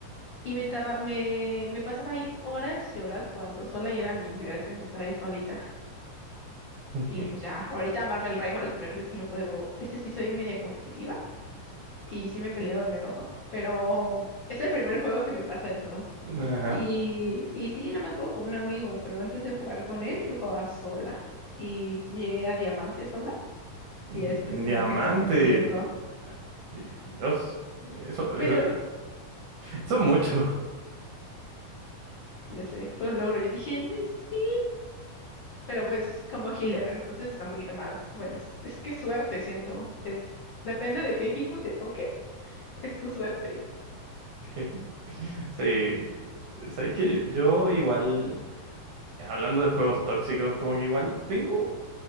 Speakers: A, on the left; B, on the right.
A: y me tarda, me, me pasaba ahí horas y horas jugando sola y era mi diversión estar ahí solita.
B: <laughs>
A: Y pues ya, ahorita Marvel Rivals, pero ese sí lo juego, este sí soy media competitiva. y sí me peleo y me enojo, pero es el primer juego que me pasa eso.
B: Ajá.
A: Y, y sí, nada más juego con un amigo, pero antes de jugar con él, yo jugaba sola. Y sí llegué a diamante sola
B: Mm,
A: y después como
B: Diamante.
A: que con mi amigo.
B: Di- Dios. Eso, eso,
A: Pero,
B: <laughs> eso es mucho.
A: ya sé, fue un logro. Yo dije, "No, sí, pero pues como healer, entonces está un poquito más, bueno, es, es que suerte, siento. Es, depende de qué equipo te toque, es tu suerte.
B: <laughs> Sí. Sabes que yo igual, hablando de juegos tóxicos, como que igual tengo